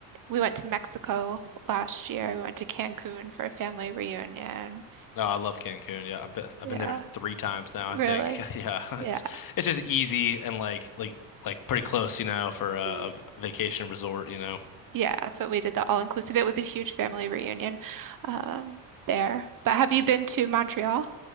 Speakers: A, on the right; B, on the left.
A: We went to Mexico last year. We went to Cancun for a family reunion.
B: No, I love Cancun. Yeah, I've been I've
A: Yeah,
B: been there three times now, I
A: really.
B: think. <laughs> Yeah, it's
A: Yeah.
B: it's just easy and like like like pretty close, you know, for a,
A: Y-
B: a vacation resort, you know.
A: Yeah, that's what we did, the all-inclusive. It was a huge family reunion um, there. But have you been to Montreal?